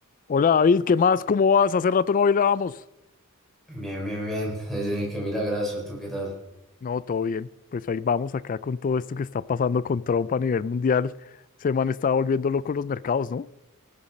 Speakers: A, on the left; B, in the centre.
A: Hola David, ¿qué más? ¿Cómo vas? Hace rato no bailábamos.
B: Bien, bien, bien. Eh, Qué milagroso, ¿tú qué tal?
A: No, todo bien. Pues ahí vamos acá con todo esto que está pasando con Trump a nivel mundial. Se man está volviendo loco los mercados, ¿no?